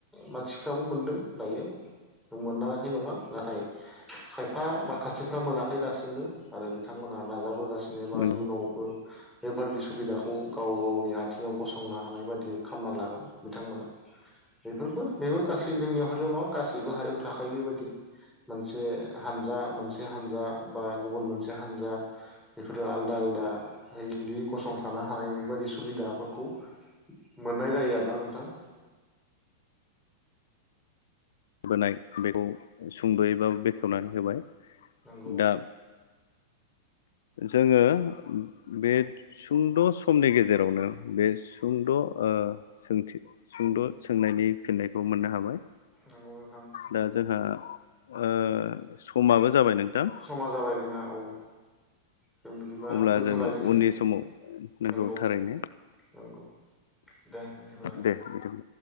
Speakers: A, in the centre; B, on the left.
A: मानसिफ्राबो मोनदों दायो मोनाखै नङा नाथाय खायफा माखासेफ्रा मोनाखै दासिम आरो बिथांमोना नाजाबोगासिनो जेनोबा
B: नंगौ
A: इयुनावबो बेफोरदि सुबिदाखौ गाव गावनि आथिङाव गसंनो हानाय बादि खालामना लागोन बिथांमोना बेफोरबो बेबो गासै जोंनियाव हारियाव नङा गासैबो हारियाव थाखायो बेबायादि मोनसे हानजा मोनसे हानजा बा गुबुन मोनसे हानजा बेफोरो आलदा आलदा बिदि गसंथानो हानाय बेबायादि सुबिदाफोरखौ मोननाय जायो आरोना नोंथां
B: बोनाय बेखौ सुंद'यैबा बेखेवनानै होबाय
A: नंगौ
B: दा जोङो बे सुंद' समनि गेजेरावनो बे सुंद' ओ सोंथि सुंद' सोंनायनि फिननायखौ मोननो हाबाय
A: नंगौ नोंथां
B: दा जोंहा ओ समाबो जाबाय नोंथां
A: समा जाबाय जोंहा औ जों बिदिबा
B: अब्ला
A: दोनथ'
B: जोङो
A: लायनोसै
B: उननि समाव नोंगौ
A: नंगौ
B: थारैनो
A: नंगौ दे बिदिबालाय
B: दे बिदिब्ला